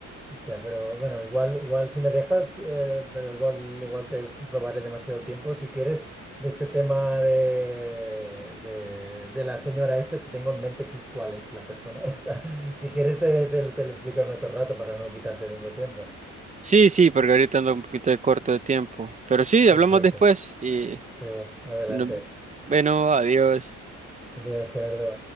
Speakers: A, in the centre; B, on the right (about 25°).
A: Hostia, pero bueno, igual, igual si me dejas, eh, pero igual, igual te robaré demasiado tiempo. Si quieres, de este tema de, de, de la señora esta, es que tengo en mente aquí cuál es la persona esta. <laughs> Si quieres, te, te- te lo explico en otro rato para no quitarte tanto tiempo.
B: Sí, sí, porque ahorita ando un poquito de corto de tiempo, pero sí,
A: Perfecto.
B: hablamos después y
A: Sí, adelante.
B: no- bueno, adiós.
A: Adiós, Gerardo.